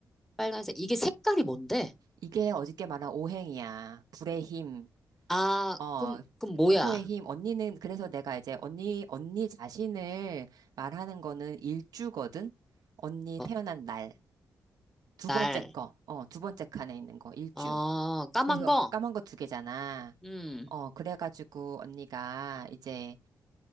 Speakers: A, in the centre; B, on the right (about 80°).
A: 빨간색. 이게 색깔이 뭔데?
B: 이게 어저께 말한 오행이야. 불의 힘.
A: 아,
B: 어,
A: 그럼, 그럼 뭐야?
B: 토의 힘. 언니는, 그래서 내가 이제 언니, 언니 자신을 말하는 거는 일주거든? 언니
A: 어,
B: 태어난 날. 두
A: 날.
B: 번째 거. 어, 두 번째 칸에 있는 거. 일주.
A: 어, 까만
B: 그래서
A: 거?
B: 까만 거 두 개잖아.
A: 응,
B: 어, 그래가지고 언니가 이제